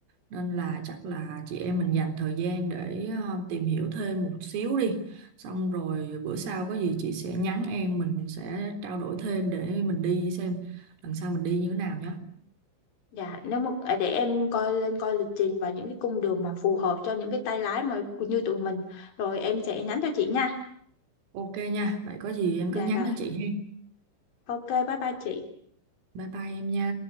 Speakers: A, on the right; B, on the left.
A: Nên là chắc là chị em mình dành thời gian để ờ, tìm hiểu thêm một xíu đi. Xong rồi bữa sau có gì chị sẽ nhắn em mình sẽ trao đổi thêm để mình đi xem lần sau mình đi như thế nào nhé.
B: Dạ, nếu mà à, để em coi lên coi lịch trình và những cái cung đường mà phù hợp cho những cái tay lái mà như tụi mình rồi em sẽ nhắn cho chị nha.
A: Ok nha, vậy có gì em
B: Dạ
A: cứ nhắn
B: rồi.
A: cho chị ha.
B: Ok, bye bye chị.
A: Bye bye em nha.